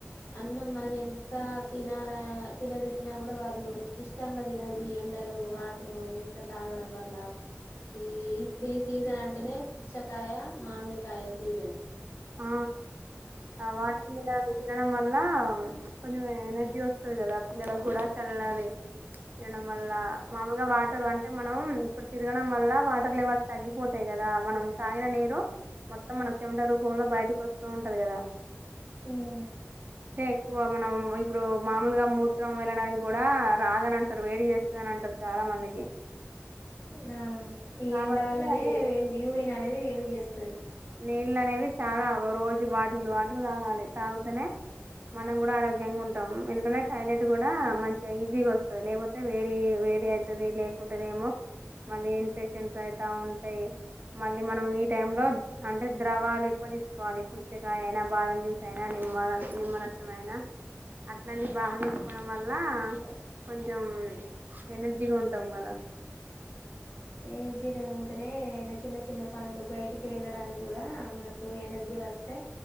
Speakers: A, on the left; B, on the right.
A: అన్నం మనం ఎంత తినాలా, తినబెట్టినా గూడా వాళ్ళు ఇష్టంగా దినరు ఈ ఎండ. లు వాట్రు ఊక తాగడం వల్లా. ఈ ఇప్పుడీ సీజన్ అంటేనే పుచ్చకాయ, మామిడికాయ సీజన్.
B: ఆ ఆ వాటర్మిలన్ తినడం వల్ల. లా కొంజెం ఎనర్జీ వస్తది గదా పిల్లలగూడా చల్లది. తిన్డం వల్ల. మామూల్గా వాటర్ అంటే మనం ఇప్పుడు తిరగడం వల్ల వాటర్ లెవల్స్ తగ్గిపోతై గ. గదా మనం తాగిన నీరు మొత్తం మన చెమట రూపంలో బయటకొస్తూ ఉంటది గదా. !
A: ఊహ్మ్.
B: క్కువ మనం ఇప్పుడు మామూలుగా మూత్రం వెళ్ళడాని గూడా రాదనంటారు వేడి జేస్తాదనంటరు చా. లా మందికి.
A: న్హా ఈ
B: కాబట్టి
A: ఎండ వల్లనే,
B: అది
A: వేడి యూరిననేది వేడి జేస్తది.
B: నీళ్లనేవి చాలా రోజు బాటిల్ వాటర్ దాగాలి తాగుతేనే. మనం గూడా ఆరోగ్యంగుంటాం. ఎందుకంటే, టాయిలెట్ గూడా మంచిగా ఈజీగా ఒస్తది లేపోతే వేడి. వేడి ఐతది లేకుంటెనేమో మళ్ళీ ఇన్ఫెక్షన్స్ అయితా ఉంటై. మళ్ళీ మనం ఈ టైంలో అంటే ద్రవాలు ఎక్కువ దీసుకోవాలి పుచ్చకాయ అయినా, బాదం జ్యూస్ అయినా. నిమ్మర., నిమ్మరసమైనా. అట్లాంటి బా తీస్కోడం వల్ల, కొంచెం ఎనర్జీగా ఉంటాం గదా.
A: ఎనర్జీలో ఉంటేనే ఏనా చిన్న చిన్న పనులు, బయిటికి వెళ్ళడాని గూడా మనకు ఎనర్జీ. వస్తే